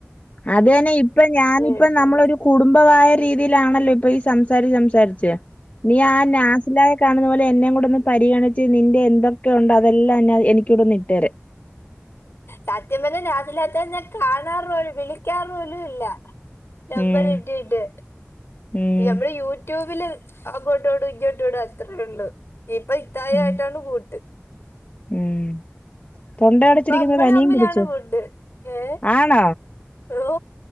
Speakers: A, on the left; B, on the left.
A: അത് എന്നെ ഇപ്പം ഞാനിപ്പം
B: എടുത്തുണ്ട്
A: നമ്മളൊരു കുടുംബമായൊര് രീതിയിലാണല്ലോ ഇപ്പൊ ഈ സംസാരിച്ച്, സംസാരിച്ച്. നീ ആ നാസി ന്തായ കാണുന്നത് പോലെ എന്നെയും കൂടൊന്ന് പരിഗണിച്ച് നിൻ്റെ എന്തൊക്കെ ഉണ്ടൊ അതെല്ലാം ഞാൻ എനിക്കൂടി ഒന്ന് ഇട്ടെ രാൻ.
B: സത്യം പർഞ്ഞാ നാസിലാത്താനെ ഞാൻ കാണാറ് പോലും, വിളിക്കാറ് പോലും ഇല്ല. നമ്പർ
A: ഉം
B: കിട്ടീട്ട്.
A: ഉം
B: ഞമ്മൾ യൂ ട്യൂബില് അങ്ങോട്ടോടും ഇങ്ങോട്ടോടും അത്രയേ ഉള്ളൂ. ഇപ്പം ഇത്തായ്
A: ഉം
B: ആയിട്ടാണ് കൂട്ട്.
A: ഉം. തൊണ്ട അടിച്ചിരിക്കുന്നത്
B: ഇപ്പൊ നമ്മള്
A: പനിയും
B: തമ്മിലാണ്
A: പിടിച്ചോ?
B: കൂട്ട് ഏ
A: ആണോ
B: ഓ